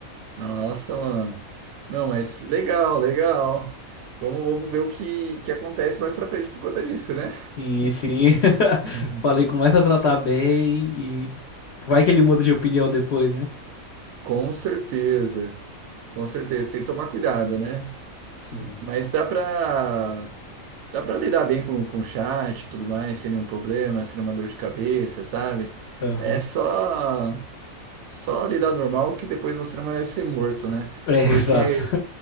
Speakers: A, on the right; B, on the left.
A: Nossa, mano. Não, mas legal, legal. Vamos, vamos ver o que, que acontece mais pra frente por conta disso, né?
B: Sim, sim. <laughs>
A: <laughs>
B: Falei, começa a tratar bem e vai que ele muda de opinião depois, né?
A: Com certeza, com certeza. Tem que tomar cuidado, né?
B: Sim.
A: Mas dá para dá para lidar bem com, com chat e tudo mais, sem nenhum problema, sem nenhuma dor de cabeça, sabe?
B: Aham.
A: É só só lidar normal que depois você não vai ser morto, né?
B: É,
A: Porque
B: <laughs> exato.